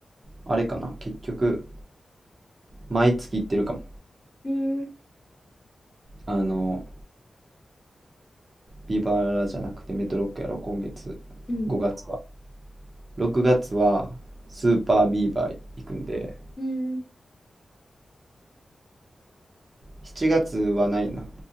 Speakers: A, on the right (about 40°); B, on the left (about 35°).
A: あれかな。結局、毎月行ってるかも。
B: うん。
A: あの、ビバラじゃなくてメトロックやろ、今月、
B: うん。
A: 5月は。6月はスーパービーバー行くんで、
B: うん。
A: 7月はないな。